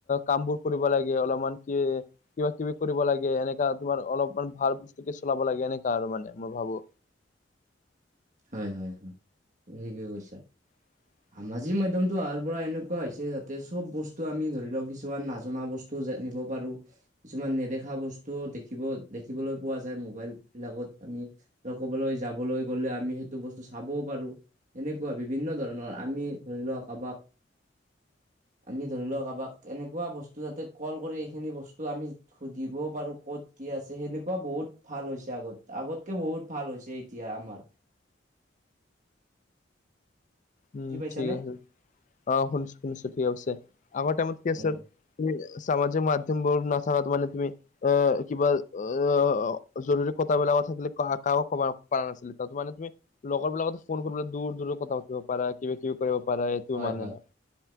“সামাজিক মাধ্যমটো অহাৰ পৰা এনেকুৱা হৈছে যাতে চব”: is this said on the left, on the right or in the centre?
Right